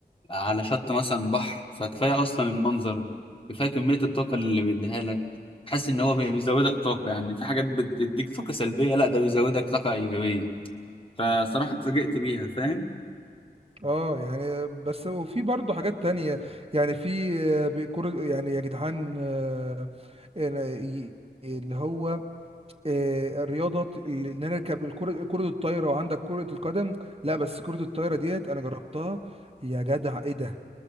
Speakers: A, on the left; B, on the right.
A: على شط مثلا بحر فكفاية اصلا المنظر كفاية كمية الطاقة اللي بيديها لك حاسس ان هو بي- بيزودك طاقة يعني في حاجات بتديك طاقة سلبية لا ده بيزودك طاقة ايجابية فصراحة اتفاجئت بيها فاهم
B: اه يعني بس وفي برضه حاجات تانية يعني في آه، بيكور يعني يا جدعان آه، إن- ي- اللي هو آه، الرياضه ال- ان انا اركب الكره كره الطايره وعندك كره القدم لا بس كره الطايره ديت انا جربتها يا جدع ايه ده